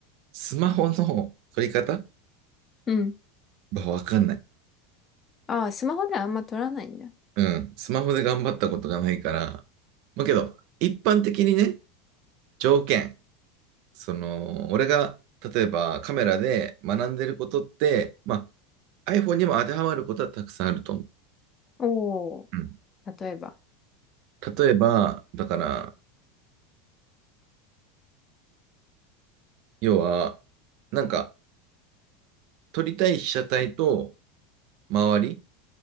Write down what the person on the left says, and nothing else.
うん
ああ、スマホではあんま撮らないんだ。
おー。
例えば。